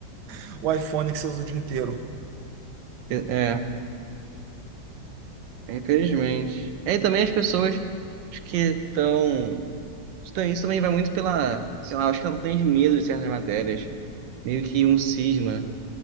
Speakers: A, on the right (about 70°); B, on the right (about 80°).
A: <laughs> o iPhone que você usa o dia inteiro.
B: É, é. Infelizmente. É, E também as pessoas acho que estão. Isso também isso também vai muito pela. Sei lá, acho que ela tem medo de certas matérias. Meio que um cisma